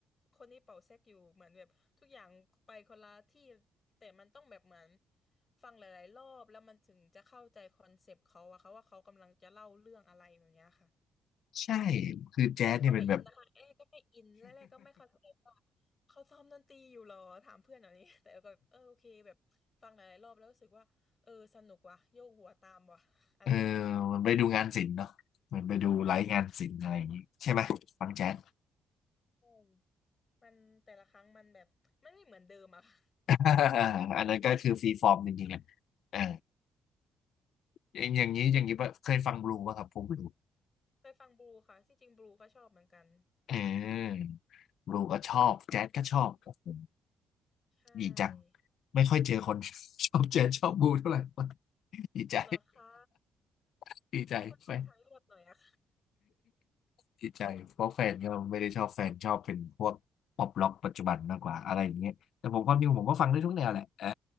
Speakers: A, on the left (about 35°); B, on the left (about 70°).
A: คนนี้เป่าแซกอยู่เหมือนแบบทุกอย่างไปคนละที่แต่มันต้องแบบเหมือนฟังหลายๆรอบแล้วมันถึงจะเข้าใจคอนเซปต์เขาอะค่ะว่าเขากำลังจะเล่าเรื่องอะไรแบบเนี้ยค่ะ
B: ใช่คือแจ๊สเนี่ยเป็นแบบ
A: เอ้ก็ไม่อินนะคะเอ้ก็ไม่อินแล้วเอก็ไม่เข้าใจว่าเขาซ้อมดนตรีอยู่เหรอถามเพื่อนแบบนี้ <laughs> แต่ก็แบบเออโอเคแบบฟังหลายๆรอบแล้วรู้สึกว่าเออสนุกว่ะโยกหัวตามว่ะ
B: <laughs>
A: <laughs> อะไรแบบเนี้ยค่ะ
B: เออมันไปดูงานศิลป์เนาะมันไปดูไลฟ์งานศิลป์อะไรอย่างงี้ใช่ไหมฟังแจ๊ส
A: อืมมันแต่ละครั้งมันแบบมันไม่เหมือนเดิมอะ <laughs> ค่ะ
B: <laughs>
A: <laughs> มันคือเอกลักษณ์ของเจน
B: อันนั้นก็คือฟรีฟอร์มจริงๆอ่ะเอออย่างอย่างนี้อย่างนี้ปะเคยฟังบลูป่ะครับพวกบลู
A: เคยฟังบลูค่ะที่จริงบลูก็ชอบเหมือนกัน
B: เออบลูก็ชอบแจ๊สก็ชอบโอ้โห
A: ใช่
B: ดีจังไม่ค่อยเจอคน <laughs> ชอบแจ๊สชอบบลูเท่าไหร่ <laughs> ดีใจ
A: เหรอคะ
B: <laughs> ดีใจไป
A: มันค่อนข้างทางเลือกหน่อยอะ
B: ที่ใจเพราะแฟนก็ไม่ได้ชอบแฟนชอบเป็นพวกป๊อปร็อกปัจจุบันมากกว่าอะไรอย่างเงี้ยแต่ผมความจริงผมก็ฟังได้ทุกแนวแหละเออ